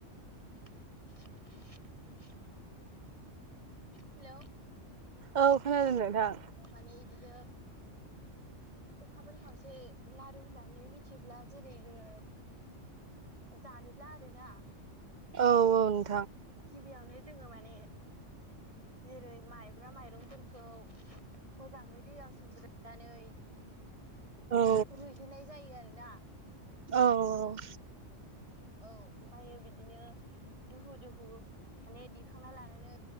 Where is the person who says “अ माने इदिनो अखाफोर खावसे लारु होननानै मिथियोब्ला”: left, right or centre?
Right